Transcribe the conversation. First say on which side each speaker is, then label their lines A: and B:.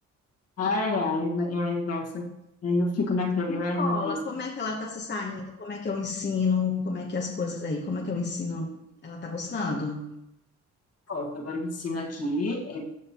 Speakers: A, on the left; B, on the left.
A: Ai, ai, e nossa. eu fico naquele,
B: Em
A: ai,
B: escola,
A: meu Deus.
B: como é que ela está se saindo? Como é que é o ensino? Como é que é as coisas aí? Como é que é o ensino? Ela está gostando?
A: Ó, agora o ensino aqui é, é